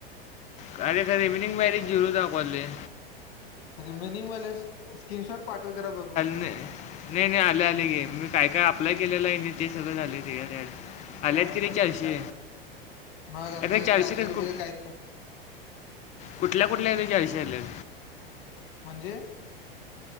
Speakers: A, on the left (about 25°); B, on the left (about 55°).
A: काय रे, का रे. विनिंग मॅरेज जिरो दाखवले.
B: Remaining balance. स्क्रीनशॉट पाठव. जरा बघू.
A: नायं. नाही - नाही. आले- आले. ये मी काय - काय अप्लाय केलेलं. नी ते सगळं झालं त्याच्यात याड.
B: काय
A: आल्यात की
B: मर्दा
A: नी चारशे.
B: काय पण मग आता
A: आरे, चारशे कसं,
B: रुपयेच
A: कु
B: काय
A: कुठल्या - कुठल्या? याने चारशे आल्यात.
B: म्हणजे?